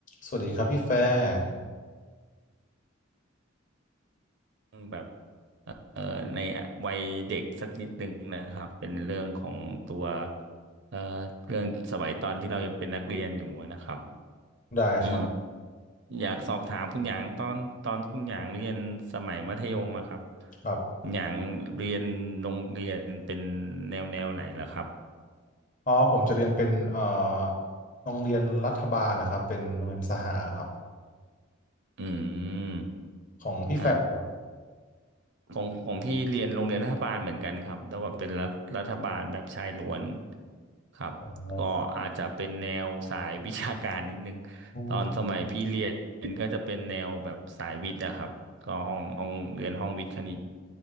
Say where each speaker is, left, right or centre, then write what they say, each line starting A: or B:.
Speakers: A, on the left; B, on the right.
A: สวัสดีครับพี่แฟร์
B: แบบเอ่อในวัยเด็กสักนิดหนึ่งนะครับเป็นเรื่องของตัวเอ่อเรื่องสมัยตอนที่เรายังเป็นนักเรียนอยู่นะครับ
A: ได้ครับ
B: เอออยากสอบถามคุณหยางตอนตอนคุณหยางเรียนสมัยมัธยมอะครับ
A: ครับ
B: คุณหยางเรียนโรงเรียนเป็นแนวแนวไหนล่ะครับ
A: อ๋อผมจะเรียนเป็นเอ่อโรงเรียนรัฐบาลนะครับเป็นโรงเรียนสหครับ
B: อืม
A: ของพี่แฟร์ครับ
B: ฮะ ของของพี่เรียนโรงเรียนรัฐบาลเหมือนกันครับแต่ว่าเป็นรัฐรัฐบาลแบบชายล้วนครับก็อาจจะเป็นแนวสายวิชาการนิดนึง
A: อ๋ออ๋อ
B: ตอนสมัยพี่เรียนก็จะเป็นแนวแบบสายวิทย์อะครับก็ห้องห้องเรียนห้องวิทย์คณิต